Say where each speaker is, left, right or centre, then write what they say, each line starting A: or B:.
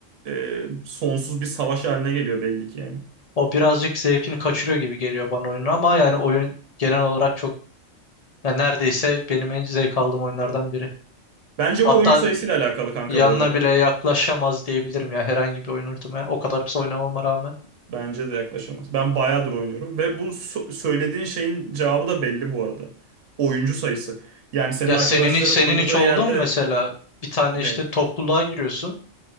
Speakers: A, on the right; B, on the left.
A: e, sonsuz bir savaş haline geliyor belli ki yani.
B: o birazcık zevkini kaçırıyor gibi geliyor bana oyunun ama yani oyun genel olarak çok yani neredeyse benim en zevk aldığım oyunlardan biri.
A: Bence
B: Hatta
A: bu oyuncu sayısıyla alakalı kanka
B: Yanına
A: bu arada.
B: bile yaklaşamaz diyebilirim ya herhangi bir oyun ultime. O kadar kısa oynamama rağmen.
A: Bence de yaklaşamaz. Ben bayağıdır oynuyorum ve bu so- söylediğin şeyin cevabı da belli bu arada. Oyuncu sayısı. Yani senin
B: Ya
A: arkadaşların
B: senin hiç senin
A: oynadığı
B: hiç oldu
A: yerde
B: mu mesela? Bir tane
A: ne?
B: işte topluluğa giriyorsun.